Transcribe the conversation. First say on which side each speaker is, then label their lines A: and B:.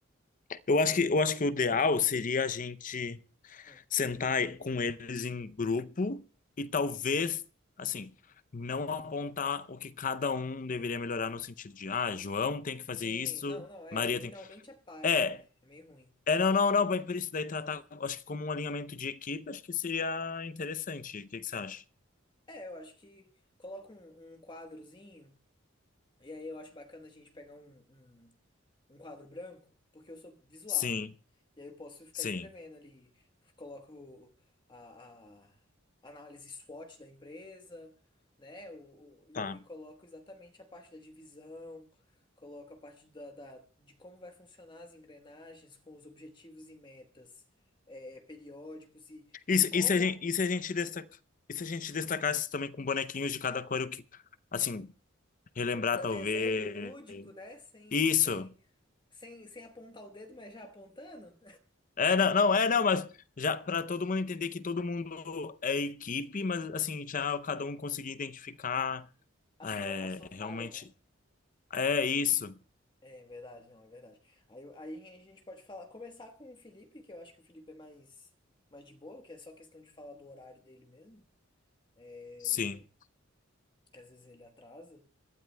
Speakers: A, on the left (about 40°); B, on the left (about 25°).
A: Eu
B: É,
A: acho que, eu acho que o ideal
B: manda um e-mail.
A: seria a gente
B: Ah,
A: sentar com eles em grupo e talvez, assim, não apontar o que cada um deveria melhorar no sentido de, ah, João tem que fazer
B: Sim,
A: isso,
B: não, não, é.
A: Maria
B: Nominalmente
A: tem.
B: é paia,
A: É.
B: né? É meio ruim.
A: É, não, não, não, mas por isso daí tratar, acho que como um alinhamento de equipe, acho que seria interessante. O que que você acha?
B: É, eu acho que coloca um, um quadrozinho. E aí eu acho bacana a gente pegar um, um, um quadro branco, porque eu sou visual,
A: Sim,
B: né? E aí eu posso ficar
A: sim.
B: escrevendo ali, coloco a, a análise SWOT da empresa, né? O, o- e
A: Tá.
B: aí coloco exatamente a parte da divisão, coloco a parte da, da- de como vai funcionar as engrenagens com os objetivos e metas eh, periódicos e,
A: E,
B: e
A: se-
B: como,
A: e, se a gente, e se a gente destaca, e se a gente destacasse também com bonequinhos de cada cor, o que, assim, relembrar
B: dando
A: talvez.
B: exemplo lúdico, né? Sem,
A: Isso.
B: sem, sem, sem apontar o dedo, mas já apontando.
A: É, não, não, é, não, mas já para todo mundo entender que todo mundo é equipe, mas assim, já cada um conseguir identificar
B: A
A: é,
B: sua, a sua falha,
A: realmente.
B: né?
A: É isso,
B: É verdade, não, é verdade. Aí, aí a gente pode falar, começar com o Felipe, que eu acho que o Felipe é mais, mais de boa, que é só questão de falar do horário dele mesmo, é,
A: sim.
B: que às vezes ele atrasa.